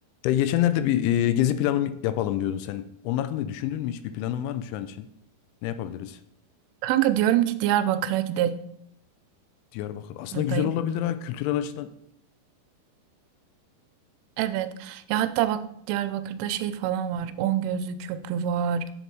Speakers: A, on the left; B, on the right.
A: Ya geçenlerde bir e, gezi planı yapalım diyordun sen. Onun hakkında düşündün mü hiç? Bir planın var mı şu an için? Ne yapabiliriz?
B: Kanka diyorum ki Diyarbakır'a gidelim
A: Diyarbakır. Aslında
B: dayım.
A: güzel olabilir ha kültürel açıdan.
B: Evet. Ya hatta bak Diyarbakır'da şey falan var. On Gözlü Köprü var.